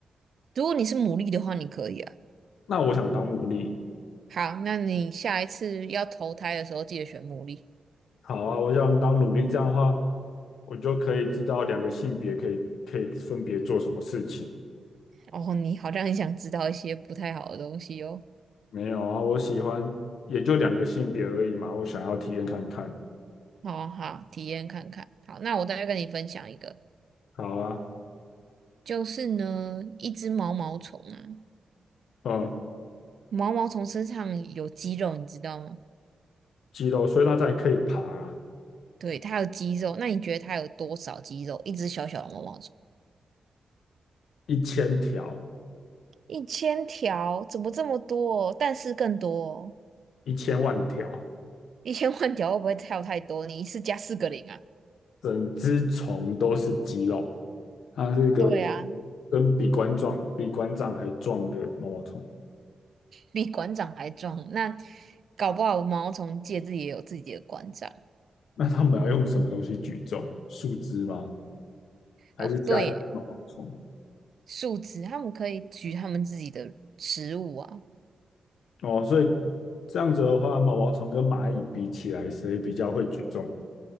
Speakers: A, on the right (about 65°); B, on the left (about 85°).
A: 如果你是牡蛎的话，你可以啊。
B: 那我想当奴隶，
A: 好，那你下一次要投胎的时候，记得选牡蛎。
B: 好啊，我想当奴隶，这样的话，我就可以知道两个性别可以可以分别做什么事情。
A: 哦，你好像很想知道一些不太好的东西哦。
B: 没有啊，我喜欢也就两个性别而已嘛，我想要体验看看。
A: 好啊好，体验看看。好，那我再跟你分享一个，
B: 好啊，
A: 就是呢，一只毛毛虫啊，
B: 嗯，
A: 毛毛虫身上有肌肉，你知道吗？
B: 肌肉，所以它才可以爬
A: 对，它有肌肉，那你觉得它有多少肌肉？一只小小的毛毛虫，
B: 一千条、
A: 一千条，怎么这么多？但是更多哦，
B: 一千万条，
A: 一千万条会不会跳太多？你一次加四个零啊？
B: 整只虫都是肌肉。它是一个
A: 对啊，
B: 跟比馆壮、比馆长还壮的毛毛虫。
A: 比馆长还壮。那搞不好毛毛虫界自己也有自己的馆长
B: 那他们要用什么东西举重？树枝吗？还是加一个毛毛虫？
A: 哦。对，树枝，他们可以取他们自己的食物啊。
B: 哦，所以这样子的话，毛毛虫跟蚂蚁比起来，谁比较会举重？